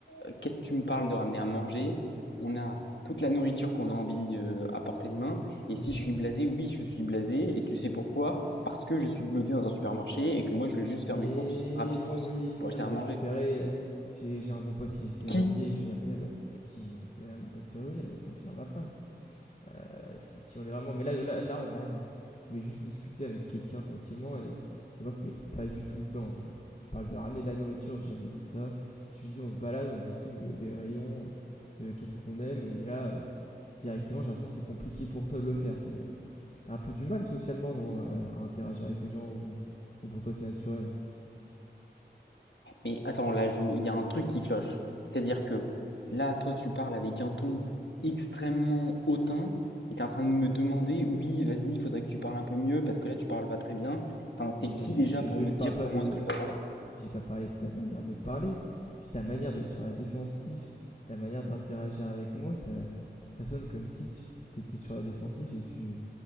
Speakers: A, on the left; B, on the left.
A: Euh, Qu'est-ce que tu me parles de ramener à manger? On a toute la nourriture qu'on a envie euh, à portée de main. Et si
B: Mhm.
A: je suis blasé, oui, je suis blasé. Et tu sais pourquoi? Parce que je suis bloqué dans un supermarché et que moi, je vais juste
B: Mais
A: faire mes courses rapidos
B: ils vont, ils vont
A: pour
B: venir
A: acheter
B: nous
A: à
B: récupérer.
A: manger.
B: J'ai, j'ai un bon pote, il est serrurier,
A: Qui?
B: je l'appelle. Et qui, euh, mon pote serrurier, là, laisse-moi finir ma phrase. Euh, si, si on est vraiment, mais là, là, là, en vrai, on- je voulais juste discuter avec quelqu'un tranquillement et je vois que t'es pas du tout dedans, quoi. Tu parles de ramener de la nourriture, j'ai jamais dit ça. Je lui dis, on se balade, on discute de, des rayons, euh, de qu'est-ce qu'on aime, et là, euh, directement, j'ai l'impression que c'est compliqué pour toi de le faire. T'es, t'as un peu du mal socialement, non, euh, à interagir avec les gens ou, ou pour toi c'est naturel?
A: Mais attends, là, je- il y a un truc qui cloche. C'est-à-dire que là, toi, tu parles avec un ton extrêmement hautain et t'es en train de me demander, oui, vas-y, il faudrait que tu parles un peu mieux parce que là, tu parles pas très bien. Enfin,
B: Mais
A: t'es
B: j'ai-
A: qui
B: j'ai-
A: déjà
B: je,
A: pour
B: je ne
A: me dire
B: parle pas
A: comment
B: de.
A: est-ce que je dois parler?
B: J'ai pas parlé de ta manière de parler. J'ai ta manière d'être sur la défensive, ta manière d'interagir avec moi, ça, ça sonne comme si tu t'étais sur la défensive et tu,